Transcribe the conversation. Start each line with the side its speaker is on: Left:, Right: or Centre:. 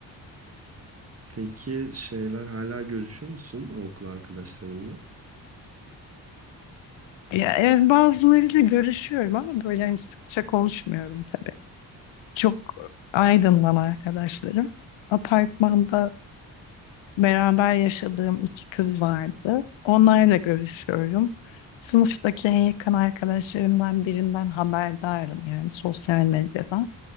Right: peki şeyler hala görüşüyor musun o okul arkadaşlarınla?
Left: Ya, yani bazılarıyla görüşüyorum ama böyle hani sıkça konuşmuyorum tabii. Çok aydınlan arkadaşlarım. Apartmanda Beraber yaşadığım iki kız vardı. Onlarla görüşüyorum. Sınıftaki en yakın arkadaşlarımdan birinden haberdarım yani sosyal medyada.